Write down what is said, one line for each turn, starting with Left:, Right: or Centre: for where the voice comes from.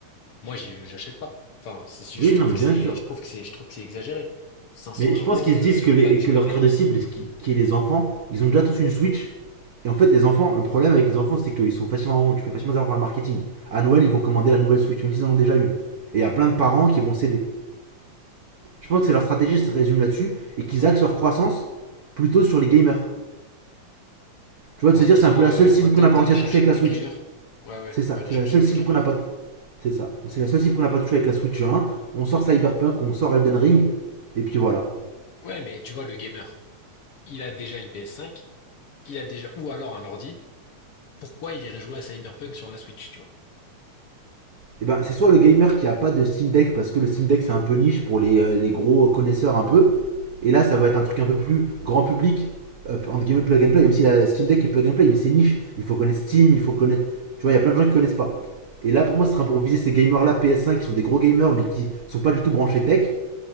Left: moi j'ai- j'achète pas. Enfin, c'est-
Right: Oui,
Left: je trouve
Right: non, mais
Left: que
Right: bien
Left: c'est,
Right: sûr.
Left: je trouve que c'est, je trouve que c'est exagéré. cinq cents
Right: Mais je
Left: euros,
Right: pense qu'ils
Left: euh,
Right: se disent que, les,
Left: pas
Right: et
Left: de jeu,
Right: que leur
Left: rien.
Right: cœur de cible, qui, qui est les enfants, ils ont déjà tous une Switch, Et en fait, les enfants, le problème avec les enfants, c'est qu'ils sont facilement, tu peux facilement les avoir par le marketing. À Noël, ils vont commander la nouvelle Switch, même s'ils en ont déjà une. Et il y a plein de parents qui vont céder. Je pense que c'est leur stratégie se résume là-dessus et qu'ils axent leur croissance plutôt sur les gamers. Tu vois,
Left: En
Right: de se
Left: se
Right: dire,
Left: disant,
Right: c'est un peu la
Left: euh,
Right: seule
Left: on
Right: cible
Left: va peut-être
Right: qu'on n'a pas
Left: aller
Right: réussi à
Left: chercher
Right: toucher avec
Left: des
Right: la Switch.
Left: gamers. Ouais, ouais,
Right: C'est ça,
Left: on va aller
Right: c'est
Left: chercher
Right: la seule
Left: des
Right: cible
Left: gamers.
Right: qu'on n'a pas. C'est ça, c'est la seule cible qu'on n'a pas touché avec la Switch 1. On sort Cyberpunk, on sort Elden Ring, et puis voilà.
Left: Ouais, mais tu vois, le gamer, il a déjà une ps cinq il a déjà, ou alors un ordi. Pourquoi il irait jouer à Cyberpunk sur la Switch, tu vois?
Right: Et ben, c'est soit le gamer qui a pas de Steam Deck parce que le Steam Deck c'est un peu niche pour les, euh, les gros connaisseurs un peu, Et là, ça va être un truc un peu plus grand public, euh, entre guillemets plug and play, même si la Steam Deck est plug and play, mais c'est niche. Il faut connaître Steam, il faut connaître. Tu vois, il y a plein de gens qui connaissent pas. Et là, pour moi, ce sera pour viser ces gamers-là ps cinq qui sont des gros gamers mais qui sont pas du tout branchés tech.